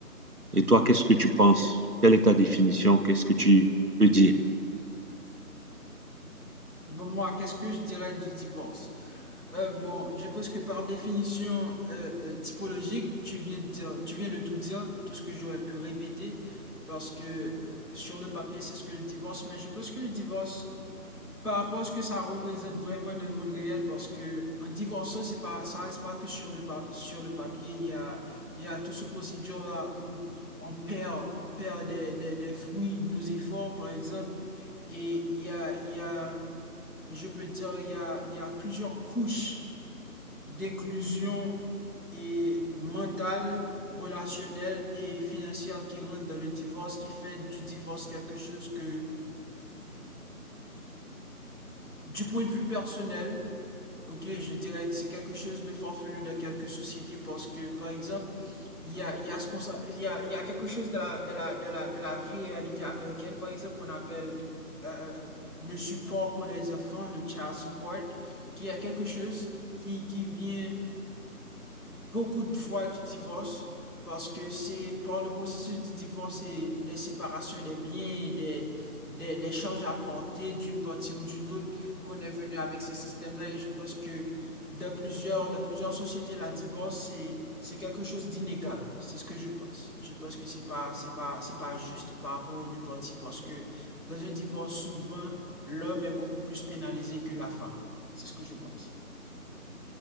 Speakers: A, on the right; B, on the left.
A: Et toi, qu'est-ce que tu penses? Quelle est ta définition? Qu'est-ce que tu peux dire?
B: Bon, moi, qu'est-ce que je dirais du divorce? Euh, bon, je pense que par définition euh, euh, typologique, tu viens de dire, tu viens de tout dire, tout ce que j'aurais pu répéter, parce que sur le papier, c'est ce que le divorce, mais je pense que le divorce, Par rapport à ce que ça représente vraiment dans le monde réel, parce que en divorçant, c'est pas, ça reste pas que sur le pa- sur le papier. Il y a, il y a tout ce procédure là où on perd, on perd des, des, des fruits de nos efforts, par exemple. Et il y a, il y a, je peux dire, il y a, il y a plusieurs couches d'inclusion et mentale, relationnelle et financière qui rentrent dans le divorce, qui fait du divorce quelque chose que, du point de vue personnel, Ok, je dirais que c'est quelque chose de forfelu dans quelques sociétés parce que, par exemple, il y a, il y a ce qu'on, sa- il y a, il y a quelque chose de la, de la, de la, de la vie réalité américaine, par exemple, qu'on appelle euh, euh, le support pour les enfants, le child support, qui est quelque chose qui, qui vient beaucoup de fois du divorce parce que c'est par le processus du divorce et des séparations des biens et des, des, des charges à porter d'une partie ou d'une autre qu'on est venu avec ce système-là. Et je pense que dans plusieurs, dans plusieurs sociétés, la divorce, c'est, c'est quelque chose d'inégal. C'est ce que je pense. Je pense que c'est pas, c'est pas, c'est pas juste par rapport aux deux parties parce que dans un divorce, souvent, l'homme est beaucoup plus pénalisé que la femme. C'est ce que je pense.